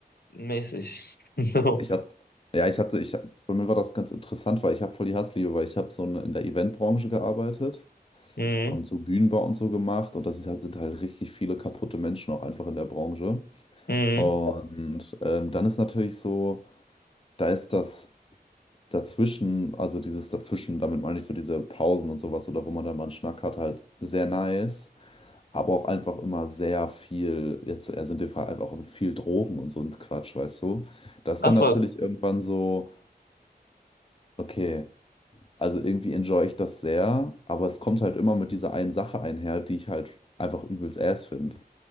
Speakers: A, on the left (about 75°); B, on the left (about 35°).
A: mäßig. <laughs> So.
B: Ich hatte, ja, ich hatte, ich, bei mir war das ganz interessant, weil ich habe voll die Hassliebe, weil ich habe so in in der Eventbranche gearbeitet
A: Mhm.
B: und so Bühnenbau und so gemacht und das ist halt, sind halt richtig viele kaputte Menschen auch einfach in der Branche.
A: Mhm.
B: Und ähm, dann ist natürlich so, da ist das dazwischen, also dieses dazwischen, damit meine ich so diese Pausen und sowas oder wo man da mal einen Schnack hat, halt sehr nice. Aber auch einfach immer sehr viel, jetzt also in dem Fall einfach auch viel Drogen und so ein Quatsch, weißt du? Das ist
A: Ach
B: dann natürlich
A: was.
B: irgendwann so, okay. Also irgendwie enjoy ich das sehr, aber es kommt halt immer mit dieser einen Sache einher, die ich halt einfach übelst ass finde.